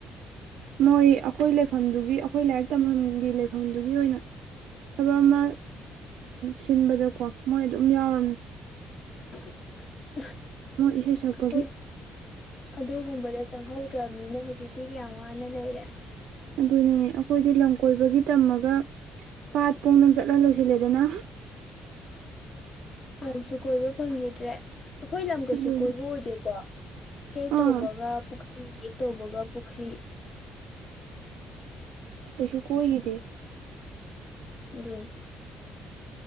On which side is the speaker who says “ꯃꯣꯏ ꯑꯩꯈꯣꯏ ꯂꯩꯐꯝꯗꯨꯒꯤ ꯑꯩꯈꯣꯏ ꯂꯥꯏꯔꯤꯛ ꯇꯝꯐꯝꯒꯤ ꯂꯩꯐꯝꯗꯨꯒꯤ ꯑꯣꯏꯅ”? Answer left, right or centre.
Right